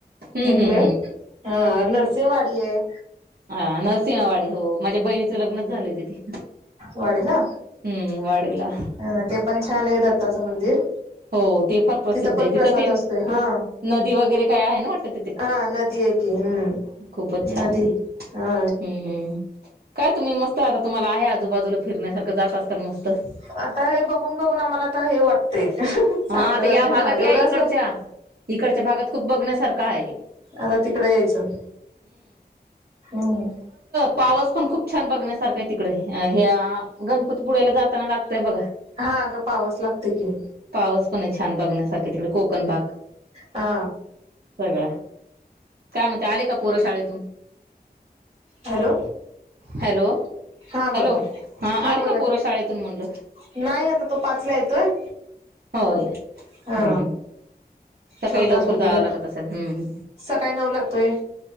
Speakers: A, on the right; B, on the right.
A: हम्म
B: एक
A: हम्म
B: वेळ
A: हम्म
B: हा नरसेिंवाडी आहे
A: ह नरसिंहवाडी हो माझ्या बहिणीचं लग्नच झालं तिथे
B: वाडीला
A: हम्म वाडीला
B: अ ते पण छान आहे दत्ताचं मंदिर
A: हो ते फार प्रसिद्ध
B: तिथं पण
A: आहे
B: प्रसाद
A: ते
B: असतोय हा
A: नदी वगैरे काय आहे ना वाटतं तिथे
B: हा नदी एक क हम्म
A: खूपच छान
B: नदी
A: आहे
B: हा
A: हम्म काय तुम्ही मस्त आता तुम्हाला आहे आजूबाजूला फिरण्यासारं जात असतल मस्त हा
B: आता हे बघून बघून आम्हाला आ तर हे वाटते सारखं
A: हा आता
B: जाते
A: या
B: ना
A: भागात
B: एवढं
A: या इकडच्या
B: असं
A: इकडच्या भागात खूप बघण्यासारखा आहे
B: अर तिकड यायचं हम्
A: पावास पण खूप छान बघण्यासारखा आहे तिकडे ह गणपती पुढ्याला जाताना लागतंय बघा
B: हा ग पावस लागते की
A: पावस पण छान बघण्यासारखे तिकडे कोकण भाग
B: हा
A: सगळं काय म्हणते आले का पोर शाळेतून
B: हॅलो
A: हॅलो
B: हा
A: हॅलो
B: बोला हा
A: आले
B: बोला
A: का पोरं शाळेतून म्हणलं
B: नाही आता तो पाचला येतोय
A: होय हम्म
B: हा
A: सकाळी
B: छोटा
A: लवकर
B: झोपला
A: जावं लागत असेल हम्म
B: सकाळी नऊ लागतोय